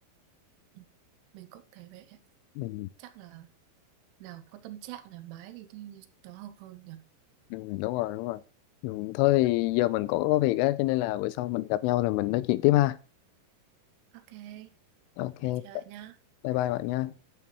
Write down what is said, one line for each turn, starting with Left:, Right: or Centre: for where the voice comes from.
Right: Ừ, mình cũng thấy vậy
Left: ừ,
Right: chắc là nào có tâm trạng thoải mái thì đi nó hợp hơn nhỉ
Left: ừ, đúng rồi đúng rồi ừ, thôi thì giờ mình cũng có việc á cho nên là bữa sau mình gặp nhau rồi mình nói chuyện tiếp ha
Right: ok
Left: ok
Right: đi chơi lại nhá
Left: bye bye bạn nha